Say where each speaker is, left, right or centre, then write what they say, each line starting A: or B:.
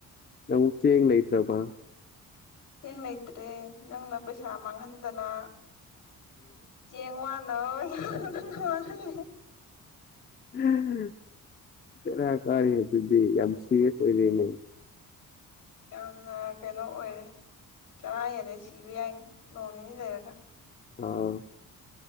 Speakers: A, on the left; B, on the left.
A: ꯅꯪ ꯆꯦꯡ ꯂꯩꯇ꯭ꯔꯕ
B: ꯆꯦꯡ ꯂꯩꯇ꯭ꯔꯦ ꯅꯪꯅ ꯄꯩꯁꯥ ꯃꯥꯡꯍꯟꯗꯅ ꯆꯦꯡꯉ ꯋꯥꯟꯅꯕ ꯄꯩꯁꯥ ꯅꯪꯅ ꯃꯥꯡꯍꯜꯂꯤꯅꯦ
A: ꯎꯝꯝ ꯕꯦꯔꯥ ꯀꯥꯔꯦ ꯑꯗꯨꯗꯤ ꯌꯥꯝ ꯁꯦꯔꯤꯌꯁ ꯑꯣꯏꯔꯦꯅꯦ
B: ꯌꯥꯝꯅ ꯀꯩꯅꯣ ꯑꯣꯏꯔꯦ ꯆꯔꯥ ꯍꯦꯜꯂꯦ ꯁꯤꯕ ꯌꯥꯏꯅ ꯅꯣꯡꯅꯤꯅꯤ ꯂꯩꯔꯒ
A: ꯑꯥ